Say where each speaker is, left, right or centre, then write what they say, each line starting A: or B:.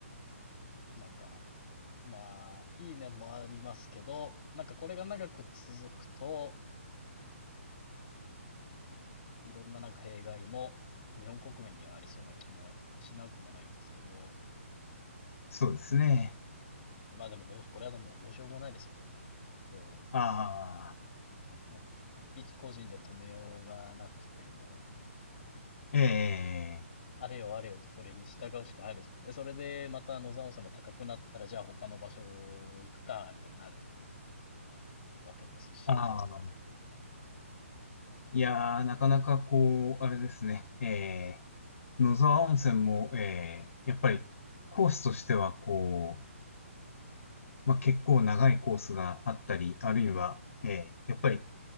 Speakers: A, on the left; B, on the left.
A: なんかまあ、いい面もありますけど、なんかこれが長く続くと、いろんななんか弊害も日本国民にはありそうな気もしなくもないんですけど、
B: そうですね。
A: まあでもどう、これはもうどうしようもないですよね。こ
B: ああ。
A: う、なんか、一個人で止めようがなくても、
B: ええ。
A: あれよあれよとそれに従うしかないですもんね。それでまた野山温泉も高くなったら、じゃあ他の場所行くかってなるわけですし。
B: ああ。いやー、なかなかこう、あれですね、えー、野沢温泉も、えー、やっぱりコースとしてはこう、まあ、結構長いコースがあったり、あるいは、えー、やっぱり